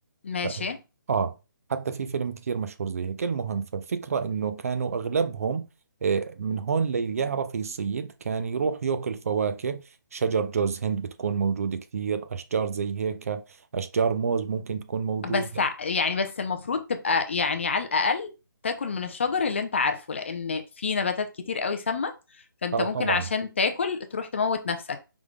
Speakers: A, on the left; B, on the right.
A: ماشي
B: ف- آه حتى في فيلم كثير مشهور زي هيك المهم ففكرة إنه كانوا أغلبهم آه، من هون ليعرف يصيد كان يروح ياكل فواكه شجر جوز هند بتكون موجودة كثير أشجار زي هيك أشجار موز ممكن تكون موجودة
A: بس ع- يعني بس المفروض تبقى يعني على الاقل تاكل من الشجر اللي انت عارفه لان في نباتات كتير قوي سامة فانت
B: آه
A: ممكن
B: طبعا
A: عشان تاكل تروح تموت نفسك